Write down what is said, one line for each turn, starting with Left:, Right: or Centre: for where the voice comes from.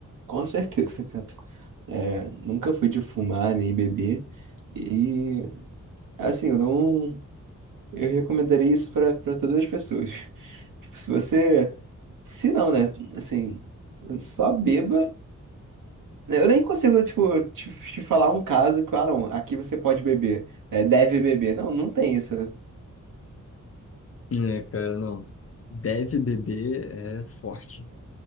Right: Com certeza, cara. É, nunca fui de fumar nem beber. E, assim, eu não. Eu recomendaria isso para para todas as pessoas. <laughs> Tipo, se você. Se não, né? Assim, só beba. né, Eu nem consigo, tipo, te, te falar um caso, claro, aqui você pode beber, é, deve beber. Não, não tem isso, né?
Left: É, cara, não. Deve beber é forte.